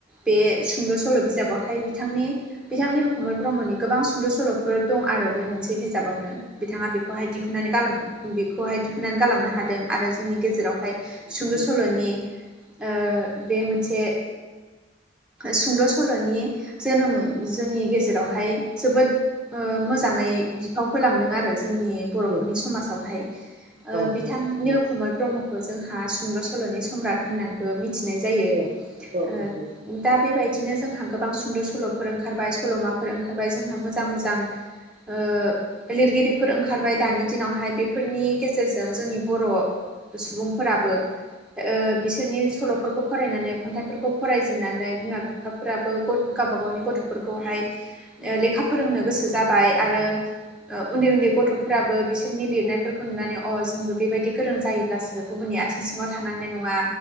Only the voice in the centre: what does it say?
बे सुंद' सल' बिजाबावहाय बि थांनि बिथां निलखमल ब्रह्मनि गोबां सुंद' सल'फोर दं आरो बे मोनसे बिजाबावनो। बिथाङा बेखौहाय दिहुननानै गालां बेखौहाय दिहुननानै गालांनो हादों आरो जोंनि गेजेरावहाय सुंद' सल'नि ओ बे मोनसे सुंद' सल'नि जोनोम जोंनि गेजेरावहाय जोबोद ओ मोजाङै बिफाव होलांदों आरो जोंनि बर'फोरनि
समाजावहाय ओ
बिथां
निलखमल ब्रह्म बो जोंहा सुंद' सल'नि सम्राट होननानैबो मिथिनाय जायो ओ
दा बेबायदिनो जोंहा गोबां सु द' सल'फोर ओंखारबाय सल'माफोर ओंखारबाय जोंहा मोजां मोजां ओ लिरगिरि फोर ओंखारबाय दानि दिनावहाय बेफोरनि गेजेरजों जोंनि बर' सुबुंफोराबो। ओ बिसोरनि सल'फोरखौ फरायनानै खन्थाइफोरखौ फरायजेननानै बिमा बिफाफोराबो गथ गावबा गावनि गथ'फोरखौहाय लेखा ओ फोरोंनो गोसो जाबाय आरो ओ उन्दै उन्दै गथ'फोराबो बिसोरनि लिरनायफोरखौ नुनानै अ जोंबो बेबायदि गोरों जायोब्लासो जे गुबुननि आथिं सिङाव थानांनाय नङा।